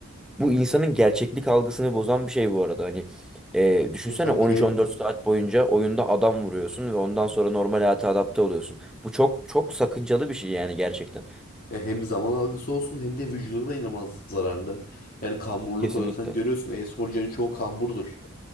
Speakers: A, in the centre; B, on the left (about 40°).
A: bu insanın gerçeklik algısını bozan bir şey bu arada hani e, düşünsene
B: Bu tabii
A: 13-14
B: ki hem
A: saat boyunca oyunda adam vuruyorsun ve ondan sonra normal hayata adapte oluyorsun bu çok çok sakıncalı bir şey yani gerçekten
B: e, hem zaman algısı olsun hem de vücuda da inanılmaz zararlı. Yani kamburluk
A: kesinlikle
B: oluyor. Sen görüyorsun e-sporcuların çoğu kamburdur.